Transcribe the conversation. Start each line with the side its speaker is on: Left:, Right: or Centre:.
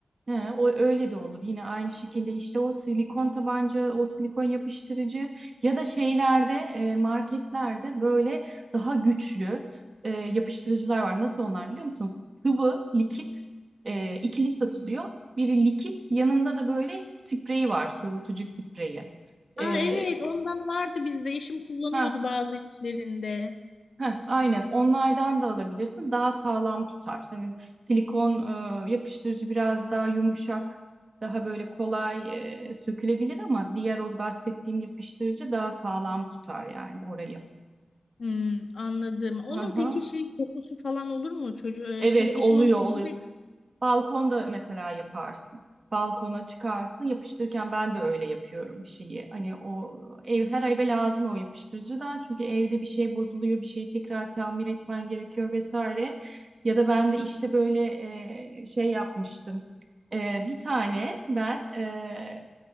Right: He, o öyle de olur. Yine aynı şekilde işte o silikon tabanca, o silikon yapıştırıcı ya da şeylerde e, marketlerde böyle daha güçlü e, yapıştırıcılar var. Nasıl onlar biliyor musunuz? Sıvı, likit e, ikili satılıyor. Biri likit, yanında da böyle spreyi var, soğutucu spreyi.
Left: Aa
Right: E,
Left: evet ondan vardı bizde. Eşim kullanıyordu
Right: ha,
Left: bazı işlerinde.
Right: Heh, aynen onlardan da alabilirsin. Daha sağlam tutar. Hani silikon e, yapıştırıcı biraz daha yumuşak, daha böyle kolay e, sökülebilir ama diğer o bahsettiğim yapıştırıcı daha sağlam tutar yani orayı.
Left: Hmm, anladım. Onun
Right: Hı hı.
Left: peki şey kokusu falan olur mu? Çocuğu, e,
Right: Evet
Left: şimdi eşim
Right: oluyor
Left: onu
Right: oluyor.
Left: elinde.
Right: Balkonda mesela yaparsın. Balkona çıkarsın. Yapıştırırken ben de öyle yapıyorum bir şeyi. Hani o ev her eve lazım o yapıştırıcıdan. Çünkü evde bir şey bozuluyor, bir şeyi tekrar tamir etmen gerekiyor vesaire. Ya da ben de işte böyle e, şey yapmıştım. E, bir tane ben e,